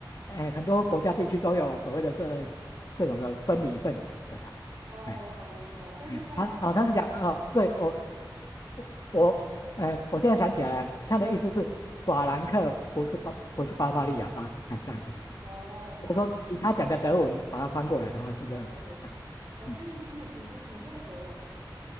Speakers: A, on the left (about 55°); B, on the right (about 35°).
A: 哎，很多国家地区都有所谓的这这种的分离分子的啦，
B: 哦哦哦，
A: 哎
B: 明白。但是他，
A: 哎，他啊，他是讲哦，对我我我，哎，我现在想起来了他的意思是法兰克不是巴不是巴伐利亚吧，哎，这样子，
B: 哦，
A: 我说以他讲的德文把它翻过来的话是这样子，
B: 那了解。
A: 哎
B: 哦，
A: 嗯，
B: 所以你听的，你你是会德文的。